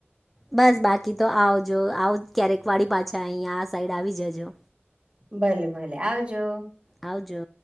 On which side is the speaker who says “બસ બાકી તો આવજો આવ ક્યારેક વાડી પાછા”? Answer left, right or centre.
Centre